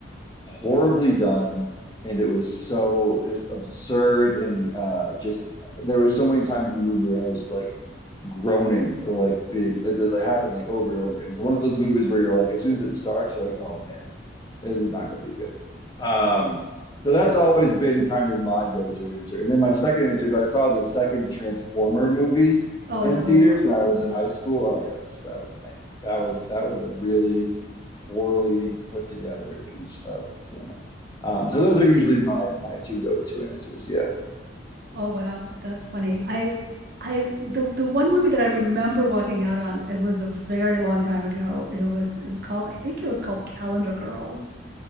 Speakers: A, on the left (about 20°); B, on the right (about 50°).
A: horribly done and it was so just absurd and uh just there were so many times in the movie where I was like groaning or like being that it happened like over and over again. It's one of those movies where you're like, as soon as it starts, you're like, oh man, this is not going to be good. Um, so that's always been kind of my go-to answer. And then my second answer is I saw the second Transformer movie
B: oh
A: in
B: no!
A: theaters when I was in high school. Oh yeah, that's that was a nightmare. That was that was a really poorly put together piece of cinema. Um, so
B: Wow.
A: those are usually my my two go-to answers. Yeah.
B: Oh wow, that's funny. I I the the one movie that I remember walking out on. It was a very long time ago. It was it was called. I think it was called Calendar Girls.